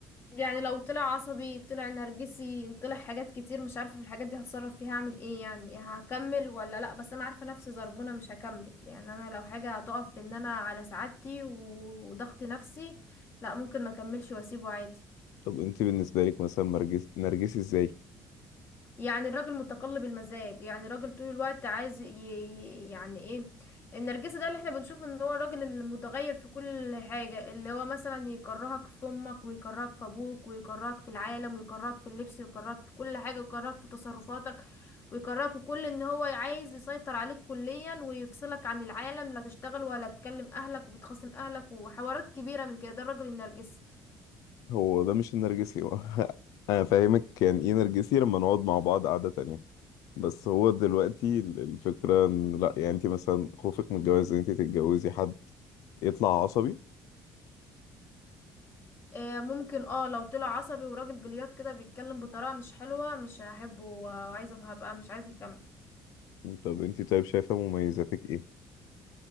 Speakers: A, on the left (about 45°); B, on the left (about 80°).
A: يعني لو طلع عصبي طلع نرجسي طلع حاجات كتير مش عارفة في الحاجات دي هتصرف فيها اعمل ايه يعني هكمل ولا لا بس انا عارفة نفسي زربونة مش هكمل يعني انا لو حاجة هتقف في ان انا على سعادتي وضغط نفسي لا ممكن ما اكملش واسيبه عادي
B: طب انت بالنسبة لك مثلا نرجسي نرجسي ازاي؟
A: يعني الراجل متقلب المزاج يعني راجل طول الوقت عايز ي... ي- يعني ايه النرجسي ده اللي احنا بنشوف ان هو الراجل المتغير في كل حاجة اللي هو مثلا يكرهك في امك ويكرهك في ابوك ويكرهك في العالم ويكرهك في اللبس ويكرهك في كل حاجة ويكرهك في تصرفاتك ويكرهك وكل ان هو عايز يسيطر عليك كليا ويفصلك عن العالم لا تشتغل ولا تكلم اهلك وبتخاصم اهلك وحوارات كبيرة من كده ده الراجل النرجسي
B: هو ده مش النرجسي هو <laughs> انا فاهمك يعني ايه نرجسي لما نقعد مع بعض قعدة تانية بس هو دلوقتي ال- الفكرة ان لا يعني انت مثلا خوفك من الجواز ان انت تتجوزي حد يطلع عصبي
A: إيه، ممكن اه لو طلع عصبي وراجل جليات كده بيتكلم بطريقة مش حلوة مش هحبه و- وعايزة هبقى مش عايزة اكمل
B: طب انت طيب شايفة مميزاتك ايه؟